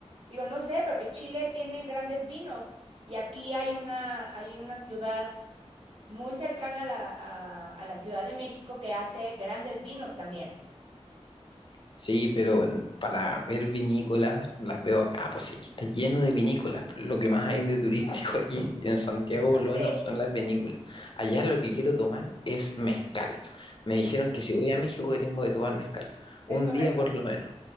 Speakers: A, on the right; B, on the left.
A: digo, no sé, porque Chile tiene grandes vinos y aquí hay una, hay una ciudad muy cercana a la, a, a la Ciudad de México que hace grandes vinos también.
B: Sí, pero en- para ver vinícolas, las veo acá, pues si aquí está lleno de vinícolas. pero Lo que más hay de turístico aquí en Santiago, por lo
A: Sí,
B: menos, son las vinícolas. Allá lo que quiero tomar es mezcal. Me dijeron que si voy a México que tengo que tomar mezcal.
A: Es
B: Un
A: correcto.
B: día por lo menos.